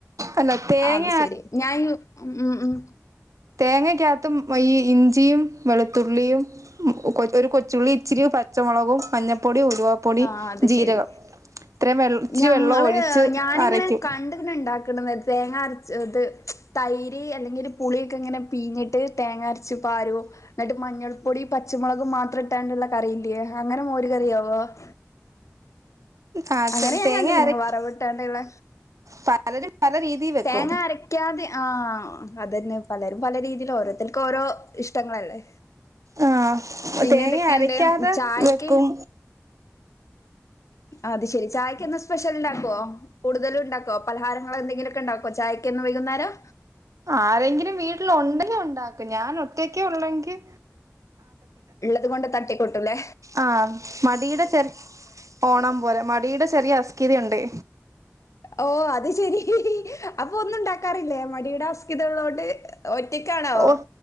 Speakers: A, on the right; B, on the left.
A: അല്ല തേങ്ങ
B: ആ അത് ശെരി ഞായൂ ഊംഊം
A: തേങ്ങക്കാത്തും വഈ ഇഞ്ചിയും വെളുത്തുള്ളിയും ഉം കൊ ഒരു കൊച്ചുള്ളി ഇച്ചിരി പച്ചമൊളകും മഞ്ഞപ്പൊടി, ഉരുവാപ്പൊടി,
B: ആ അത്
A: ജീരകം
B: ശെരി
A: ഇത്രയും വെ ഇച്ചിരി
B: ഞങ്ങള്
A: വെള്ളം ഒഴിച്ച്
B: ഞാനിങ്ങനെ
A: അരയ്ക്കും
B: കണ്ട്ക്ക്ന്ണ്ടാ ക്ക്ണ്ന്നെ തേങ്ങ അരച് ത് തൈര് അല്ലെങ്കില് പുളീക്കെ ഇങ്ങനെ പീഞ്ഞിട്ട് തേങ്ങരച്ചു പരൂ ന്നിട്ട് മഞ്ഞൾപ്പൊടി, പച്ചമൊളകും മാത്രം ഇട്ടാണ്ട്ള്ള കറി ഇല്ലിയേ അങ്ങനെ മോര് കറിയോവോ <unintelligible>
A: ആ
B: അങ്ങനെ ഞാൻ
A: തേങ്ങ
B: കണ്ട്ക്ക്ണ്
A: അരക്കും
B: വറവ്ട്ടാണ്ടയൊള്ള
A: പലരും പല രീതിയിൽ വെക്കും
B: തേങ്ങ അരക്കാതെ ആ അതന്നെ പലരും പല രീതിൽ ഓരോരുത്തർക്ക് ഓരോ ഇഷ്ടങ്ങളല്ലേ
A: ആ
B: പിന്നെന്തൊക്കെയുണ്ട്
A: തേങ്ങ അരക്കാതെ
B: ചായക്ക്
A: വെക്കും
B: അത് ശെരി ചായക്കെന്നും സ്പെഷ്യൽ ഇണ്ടാക്കോ കൂടുതലും ഉണ്ടാക്കോ പലഹാരങ്ങളെ എന്തെങ്കിലും ഇണ്ടാക്കോ ചായക്ക് എന്നും വൈകുന്നേരം
A: ആരെങ്കിലും വീട്ടില് ഒണ്ടെങ്കി ഒണ്ടാക്കും ഞാൻ ഒറ്റക്കേ ഒള്ളെങ്കിൽ
B: ള്ളത് കൊണ്ട് തട്ടിക്കൂട്ടുംല്ലേ
A: ആഹ് മടിയുടെ ചെ ഓണം പോലെ മടിയുടെ ചെറിയ അസ്കിതി ഉണ്ടേ
B: ഓ അത് ശരി അപ്പൊ ഒന്നും ണ്ടാക്കാറില്ലേ? മടിയുടെ അസ്കി തള്ളോണ്ട്‌. ത്തിക്കാണോ
A: ഓ